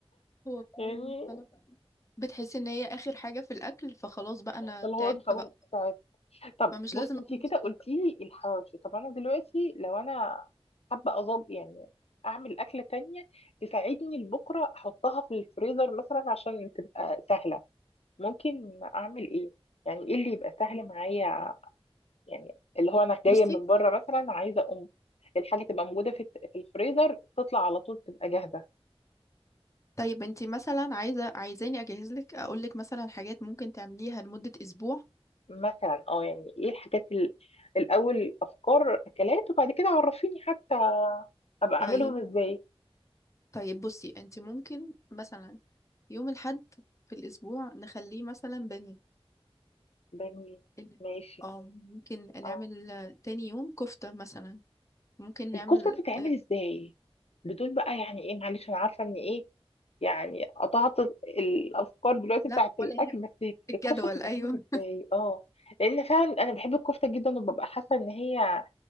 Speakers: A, on the left; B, on the left.
A: هو فعلا
B: يعني
A: سلطة بتحسي ان هي اخر حاجة في الاكل فخلاص بقى انا
B: فاللي هو
A: تعبت
B: خلاص
A: بقى
B: طب
A: فمش
B: بص
A: لازم
B: انت
A: اعمل
B: كده
A: سلطة
B: قلتي لي الحواوشي طب انا دلوقتي لو انا حابه اظبط يعني اعمل اكله تانية تساعدني لبكره احطها في الفريزر مثلا عشان تبقى سهله ممكن اعمل ايه يعني ايه اللي يبقى سهل معايا يعني اللي هو انا جايه
A: بصي
B: من بره مثلا عايزه اقوم الحاجه تبقى موجوده في في الفريزر تطلع على طول تبقى جاهزه
A: طيب انتي مثلا عايزه عايزاني اجهز لك اقول لك مثلا حاجات ممكن تعمليها لمده اسبوع
B: مثلا اه يعني ايه الحاجات ال- الاول افكار اكلات وبعد كده عرفيني حتى ابقى
A: طيب
B: اعملهم ازاي
A: طيب بصي انتي ممكن مثلا يوم الحد في الاسبوع نخليه مثلا بني
B: بني
A: ال-
B: ماشي
A: اه ممكن نعمل
B: اه
A: تاني يوم كفته مثلا ممكن نعمل
B: الكفتة بتتعمل
A: اه
B: ازاي بدون بقى يعني ايه معلش انا عارفة ان ايه يعني قطعت الافكار دلوقتي
A: لا
B: بتاعت
A: ولا
B: الاكل
A: يهم
B: بس
A: الجدول
B: الكفتة بتتعمل
A: ايوه
B: ازاي اه لان فعلا انا بحب الكفتة جدا وببقى حاسة ان هي